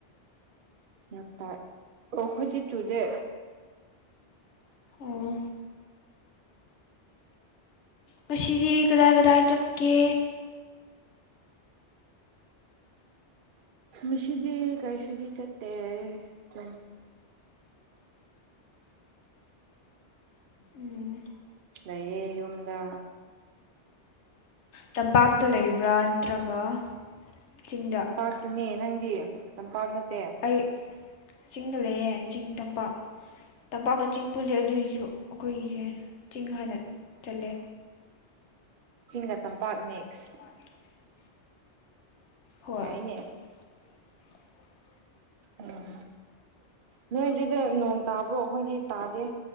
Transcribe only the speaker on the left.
ꯑꯣ ꯀꯁꯤꯗꯤ ꯀꯗꯥꯏ ꯀꯗꯥꯏ ꯆꯠꯀꯦ
ꯎꯝ
ꯇꯝꯄꯥꯛꯇ ꯂꯩꯕ꯭ꯔꯥ ꯅꯠꯇ꯭ꯔꯒ ꯆꯤꯡꯗ
ꯑꯩ ꯆꯤꯡꯗ ꯂꯩꯌꯦ ꯆꯤꯡ ꯇꯝꯄꯥꯛ ꯇꯝꯄꯥꯛꯀ ꯆꯤꯡ ꯄꯨꯜꯂꯦ ꯑꯗꯨꯏꯁꯨ ꯑꯩꯈꯣꯏꯒꯤꯁꯦ ꯆꯤꯡ ꯍꯥꯟꯅ ꯆꯠꯂꯦ
<inaudible> <unintelligible> ꯍꯣꯏ
<unintelligible>